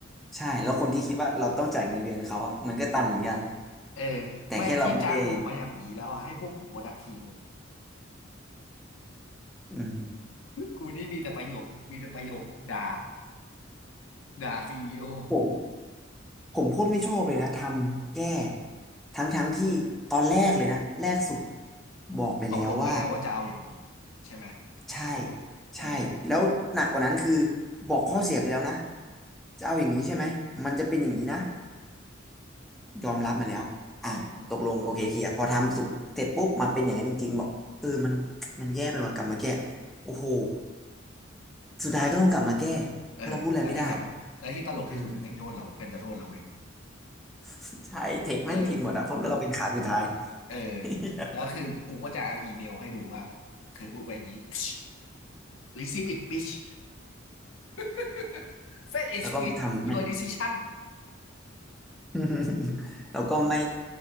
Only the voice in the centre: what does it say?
ใช่แล้วคนที่คิดว่าเราต้องจ่ายเงินเดือนเขาอะมันก็ตังค์เหมือนกัน
แต่แค่เราไม่ได้
อืม
ผมผมโคตรไม่ชอบเลยนะทำแก้ทั้งทั้งที่ตอนแรกเลยนะแรกสุดบอกไปแล้วว่า
ใช่
ใช่แล้วหนักกว่านั้นคือบอกข้อเสียไปแล้วนะจะเอาอย่างนี้ใช่ไหมมันจะเป็นอย่างนี้นะ ยอมรับมาแล้วอ่ะตกลง
โอเคเคลียร์พอทำสุกเสร็จปุ๊บมาเป็นอย่างนั้นจริงๆบอกเออมันมันแย่ไปว่ะกลับมาแก้โอ้โหสุดท้ายก็ต้องกลับมาแก้เพราะเราพูดอะไรไม่ได้
อืม <laughs> ใช่เทคแม่งผิดหมดอะเพราะเราเป็นขาสุดท้าย
<laughs>
แล้วก็ทำไม่
<laughs> แล้วก็ไม่